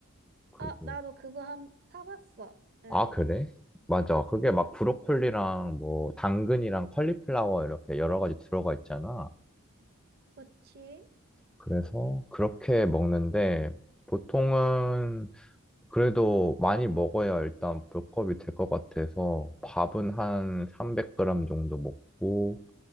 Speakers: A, in the centre; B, on the right.
A: 그게
B: 아, 나도 그거 한, 사봤어. 응,
A: 아, 그래? 맞아. 그게 막 브로콜리랑 뭐 당근이랑 컬리플라워 이렇게 여러 가지 들어가 있잖아.
B: 그치?
A: 그래서 그렇게 먹는데 보통은 그래도 많이 먹어야 일단 볼컵이 될 것 같아서 밥은 한 300g 정도 먹고